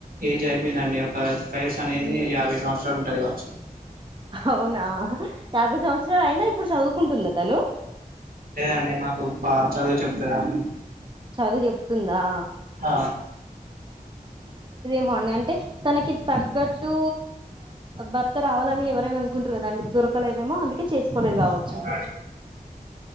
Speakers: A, on the right; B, on the right.
A: ఏజ్ అయిపోయిందండి ఒక ఫైస్ అనేది యాభై సంవత్సరాలు ఉంటది కాచ్చు
B: అవునా యాభై సంవత్సరాలు అయినా ఇప్పుడు చదువుకుంటుంద తను
A: లేదండి మాకు చదువు చెప్తారాని
B: చదువు చెప్తుందా
A: ఆ
B: డి అంటే తనకి తగ్గట్టు భర్త రావాలని ఎవరైనా అనుకుంటారు కదాండి దర కలేదేమో అందుకే చేసుకోలేదు
A: ఆ
B: కావచ్చు
A: అవునండి